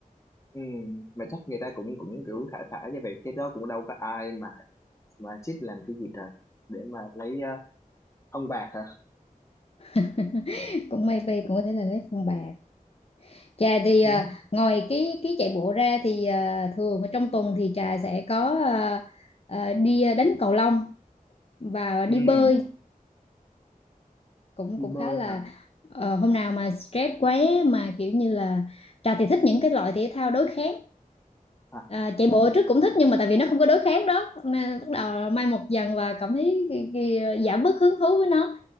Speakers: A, on the left; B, on the left.
A: Ừm, mà chắc người ta cũng cũng kiểu thả thả như vậy cái đó cũng đâu có ai mà mà chích làm cái gì trời để mà lấy ờ, ông bạc hả
B: <laughs> cũng maybe cũng có thể là lấy phong bạc trà thì à,
A: Ừm,
B: ngoài cái cái chạy bộ ra thì à, thường ở trong tuần thì trà sẽ có à, à, đi à, đánh cầu lông và đi
A: ừm,
B: bơi cũng
A: đi
B: cũng
A: bơi
B: khá là
A: hả
B: ờ, hôm nào mà stress quá mà kiểu như là trà thì thích những cái loại thể thao đối kháng
A: à,
B: À, chạy bộ trước cũng thích nhưng mà tại vì nó không có đối kháng đó nên bắt đầu mai một dần và cảm thấy cái- cái ờ, giảm bớt hứng thú với nó